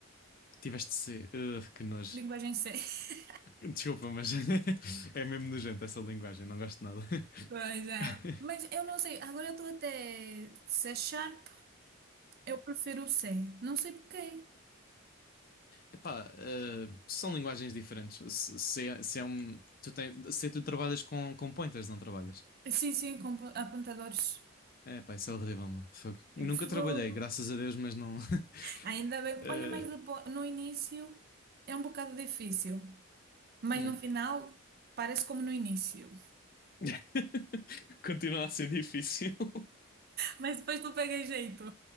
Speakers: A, on the left; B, on the right.
A: Tiveste C... Ugh, que nojo.
B: Linguagem C. <laughs>
A: Desculpa, mas <laughs> é mesmo nojento essa linguagem, não gosto de nada.
B: Pois é.
A: <laughs>
B: Mas eu não sei, agora eu estou até C Sharp, eu prefiro o C. Não sei porquê.
A: Epá, eh, são linguagens diferentes. Se, se, é se é um, tu tem, se tu trabalhas com, com pointers, não trabalhas.
B: Sim, sim, com po- apontadores.
A: É, pá, isso é horrível, mano. Fogo. Nunca
B: Fogo.
A: trabalhei, graças a Deus, mas não. <laughs>
B: Ainda bem.
A: Eh,
B: Olha, mas depois, no início é um bocado difícil. Mas
A: hum.
B: no final parece como no início.
A: <laughs> Continua a ser difícil. <laughs>
B: Mas depois tu pega jeito.